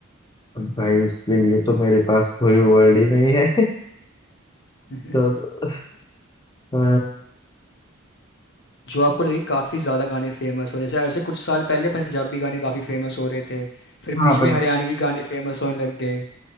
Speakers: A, on the left; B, on the left.
A: अब भाई उसके लिए तो मेरे पास कोई वर्ड ही नहीं है
B: <laughs>
A: <laughs> तो अब, अ,
B: जो आपको लगे काफ़ी ज़्यादा गाने फेमस हो जैसे ऐसे कुछ साल पहले पंजाबी गाने काफ़ी फेमस हो रहे थे फिर
A: हाँ
B: बीच में
A: पर
B: हरियाणवी गाने फेमस होने लग गए